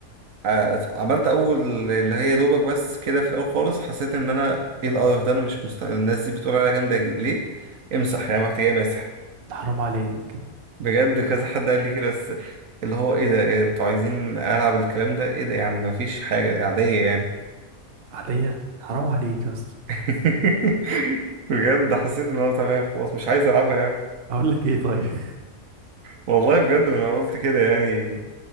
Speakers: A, on the right; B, on the right.
A: ع- عملت اول اللي هي دوبك بس كده في الاول خالص حسيت ان انا ايه القرف ده انا مش مست... الناس دي بتقول عليا جامده ليه امسح يعني محتاجه مسح
B: ده حرام عليك
A: بجد كذا حد قال لي كده بس اللي هو ايه ده إيه انتوا عايزين العب الكلام ده ايه ده يا عم مفيش حاجه عاديه يعني
B: عادية حرام عليك يا اسطى
A: <laughs> بجد حسيت ان هو تمام خلاص مش عايز العبها يعني
B: اقول لك ايه طيب
A: والله بجد ما انا قلت كده يعني